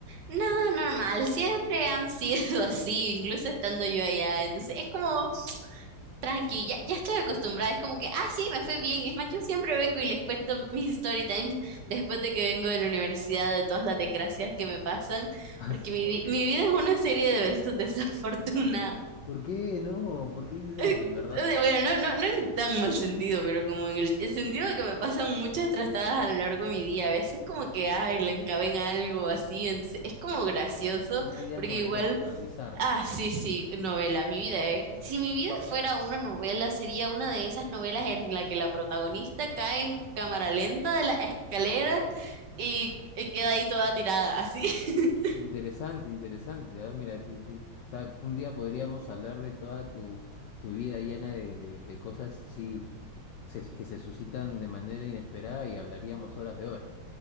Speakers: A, on the right; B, on the left.
A: No, normal, siempre han sido <laughs> así, incluso estando yo allá. Entonces es como... Tranqui, ya, ya estoy acostumbrada, es como que, ah, sí, me fue bien. Es más, yo siempre vengo y les cuento mis story times después de que vengo de la universidad, de todas las desgracias que me pasan,
B: Ah,
A: porque
B: sí,
A: mi,
B: Ok.
A: vi- mi vida es una serie de eventos desafortunados.
B: ¿Por qué no? ¿Por qué dices eso,
A: <laughs>
B: en verdad?
A: O sea, Bueno, no, no, no en tan mal sentido, pero como en el, el sentido de que me pasan muchas trastadas a lo largo de mi día. A veces como que, ay, la encaben algo así, entonces es como gracioso,
B: Una vida
A: porque
B: novelesca,
A: igual
B: bizarra.
A: Ah, sí, sí, novela, mi vida. eh. Si mi vida fuera una novela, sería una de esas novelas en la que la protagonista cae en cámara lenta de la escalera y, y queda ahí toda tirada, así. <laughs>
B: Interesante, interesante. ah, Mira, te- te- o sea, un día podríamos hablar de toda tu, tu vida llena de, de- de cosas así se- que se suscitan de manera inesperada y hablaríamos horas de horas.